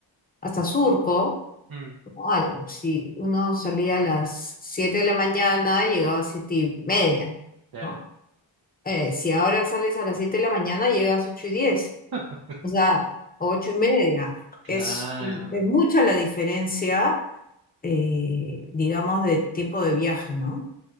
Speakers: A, on the left; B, on the right.
A: hasta Surco,
B: Mm,
A: ¿no? Al- si uno salía a las 7 de la mañana, llegaba a 7 y media,
B: claro.
A: ¿no? Eh, si ahora sales a las 7 de la mañana, llegas a 8 y 10.
B: <laughs>
A: O sea, ocho y media.
B: Claro.
A: Es, es- mucha la diferencia, eh, digamos, de tiempo de viaje, ¿no?